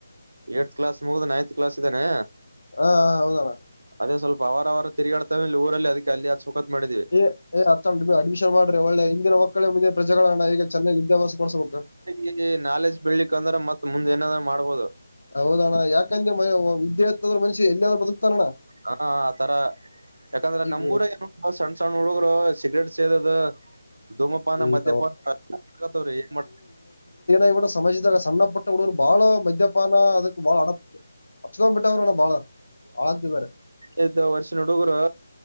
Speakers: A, on the right (about 65°); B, on the left (about 65°).
A: ಏಟ್ತ್ ಕ್ಲಾಸ್ ಮುಗಿದು ನೈನ್ತ್ ಕ್ಲಾಸ್ ಇದಾನೆ
B: ಹಾ ಹಾ ಹೌದಣ
A: ಅದೇ ಸ್ವಲ್ಪ ಅವರ ಅವ ತ ತಿರುಗಾಡ್ತೇಲೆ ಊರಲ್ಲಿ ಅದಕ್ಕೆ ಅಲ್ಲಿ ಅ್ ಚುಖತ್ ಮಾಡಿದೀವಿ
B: ಏ್ ಅತ್ತ ನೀ ಅಡ್ಮಿಷನ್ ಮಾಡ್ರಿ ಒಳ್ಳೆ ಹಿಂದಿನ ಮಕ್ಕಳು ಮುಂದಿನ ಪ್ರಜೆಗಳಣ ಈಗ ಚನ್ನಾಗ ವ್ಯಾ್ಯಾಸ ಕೊಡ್ಸಬೇಕು
A: ಈ ನಾಲೆಜ್ ಬೆಳ್ಲಿಕ್ ಅಂದ್ರೆ ಮತ್ತತ್ ಮುಂದೆಏನಾದ್ರರು ಮಾಡ್ಬೋದು
B: ಹೌದಣ್ಣ ಯಾಕಂದ್ರೆ ವಿದೆತ್ತದ್ರ ಮಷ ಎಲ್ಲಿಾದ್ರೂ ಬದುಕ್ತಾನ ಅಣ್ಣ
A: ಹಾ ಆತರ ಯಾಕಂದ್ರೆ
B: ಈಗ
A: ನಮ್ಮೂಊರ ಏನು ಸಣ್ಣ ಸಣ್ಣ ಹುಡುಗ್ರು ಸಿಗ್ರೇಟ್ ಸೇದದು ದದುಮೋ ಪಾನ
B: ಈ-
A: ಮಧ್ಯ ಪಾನ ರ ಮ
B: ಏನಾಗಿೂಡ ಸಮಾಜದಾಗ ಸಣ್ಣ ಪಟ್ಟ ಹುಡುಗರು ಬಾಳ ಮದ್ಯಪಾನ ಅದಕ್ ಬಾಳ ಆಡ ಅಕ್ಷಗಂಬಟ್ಟವರಣ ಬಾಳ ಆಳವಾರೆ
A: ಇದದು ವರ್ಷನ ಹುಡುಗರು